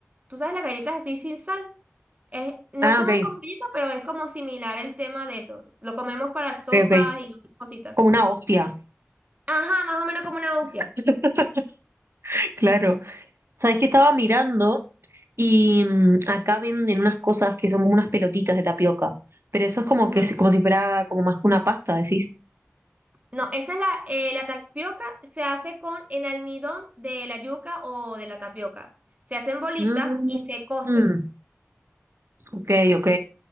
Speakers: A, on the right (about 30°); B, on the right (about 60°).
A: ¿tú sabes las galletas así sin sal? Es, no
B: Ah,
A: son
B: ok,
A: como galletas, pero es como similar el tema de eso. Lo comemos para
B: ok,
A: sopas
B: ok.
A: y otras cositas.
B: Como una hostia.
A: Ajá, más o menos como una hostia.
B: <laughs> Claro. Sabes que estaba mirando y mm, acá venden unas cosas que son como unas pelotitas de tapioca, pero eso es como
A: Ujú.
B: que es como si fuera como más que una pasta, decís.
A: No, esa es la, eh, la tapioca se hace con el almidón de la yuca o de la tapioca. Se hacen bolitas
B: Mm,
A: y se cocen.
B: mm, ok, ok.